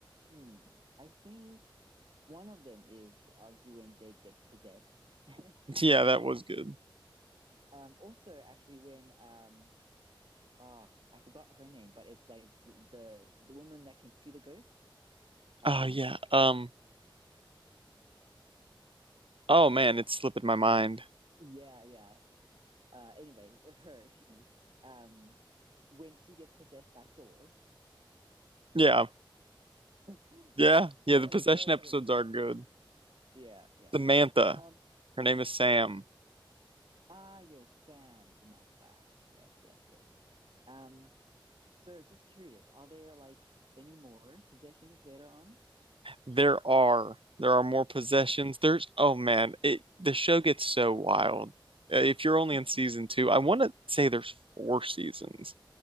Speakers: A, on the right; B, on the right.
A: hmm. I think one of them is obviously when Jake gets possessed. <laughs>
B: Yeah, that
A: Uh,
B: was good.
A: um, also actually when um ah I forgot her name, but it's like the the, the woman that can see the ghosts. Um,
B: Oh yeah. Um. Oh man, it's
A: <sighs> ah,
B: slipping my mind.
A: yeah, yeah. Uh, anyway, <laughs> her, she, um, when she gets possessed by Thor,
B: Yeah.
A: <laughs> that
B: Yeah. Yeah. The
A: was
B: possession
A: that was
B: episodes
A: really good
B: are good.
A: too. Yeah, yeah.
B: Samantha.
A: Um,
B: Her name is Sam.
A: Ah, yes, Sam, Samantha. Yes, yes, yes. Um, so just curious, are there like any more possessions later on?
B: There are there are more possessions. There's oh man, it the show gets so wild. Uh, If you're only in season
A: Mhm.
B: two, I want to say there's four seasons